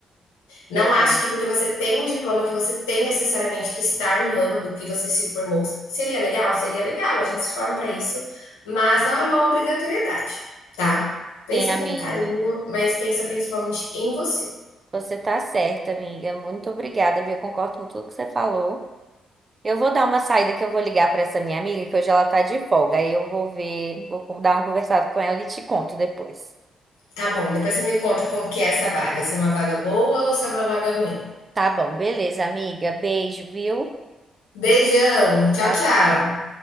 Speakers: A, on the left; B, on the right.
A: Não
B: Beleza.
A: acho que porque você tem um diploma que você tem necessariamente que estar no ramo do que você se formou. Seria legal? Seria legal, a gente se forma para isso, mas não é uma obrigatoriedade, tá? Pensa
B: Sim, amiga.
A: com carinho, mas pensa principalmente em você.
B: Você tá certa, amiga. Muito obrigada, viu? Eu concordo com tudo que você falou. Eu vou dar uma saída que eu vou ligar para essa minha amiga, que hoje ela tá de folga. Aí eu vou ver, vou con- dar uma conversada com ela e te conto depois.
A: Tá bom, depois você me conta como que é essa vaga, se é uma vaga boa ou se é uma vaga ruim.
B: Tá bom, beleza, amiga. Beijo, viu?
A: Beijão, tchau,
B: Tchau,
A: tchau.
B: tchau.